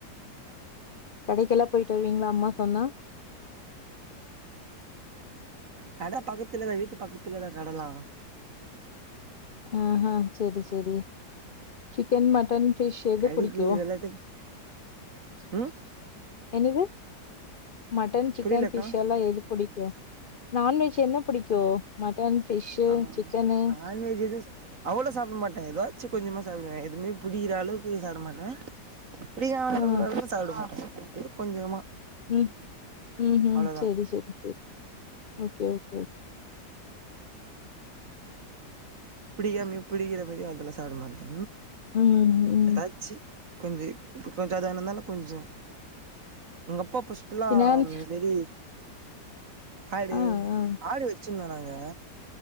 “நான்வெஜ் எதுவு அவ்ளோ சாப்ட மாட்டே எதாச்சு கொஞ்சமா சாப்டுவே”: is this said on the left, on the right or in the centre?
Right